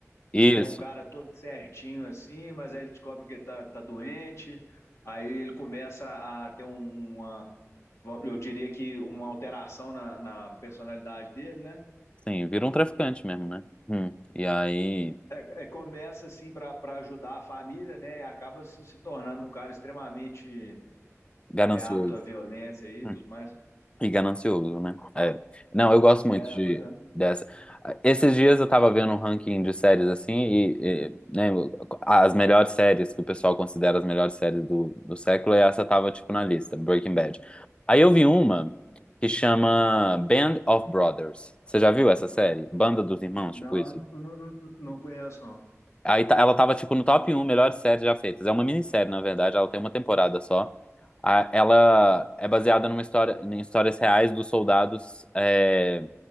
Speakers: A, on the left; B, on the left.
A: Isso.
B: E ele é um cara todo certinho, assim, mas aí ele descobre que ele tá, tá doente, aí ele começa a ter um- uma va- eu diria que uma alteração na, na personalidade dele, né?
A: Sim, vira um traficante mesmo, né? Hum. E aí.
B: É, é, começa assim para ajudar a família, né? E acaba se, se tornando um cara extremamente
A: Ganancioso.
B: é, apto à violência e
A: Hum.
B: tudo mais.
A: E ganancioso, né? É. Não, eu gosto muito
B: É,
A: de,
B: pois é.
A: dessa. Esses dias eu tava vendo um ranking de séries assim, e, e, né, as melhores séries que o pessoal considera as melhores séries do, do século, e essa tava tipo na lista, Breaking Bad. Aí eu vi uma que chama Band of Brothers. Você já viu essa série? Banda dos Irmãos,
B: Não,
A: tipo isso?
B: não, não, não conheço, não.
A: Aí tá- ela tava, tipo, no top um melhores séries já feitas. É uma minissérie, na verdade, ela tem uma temporada só. A- Ela é baseada numa história, em histórias reais dos soldados é,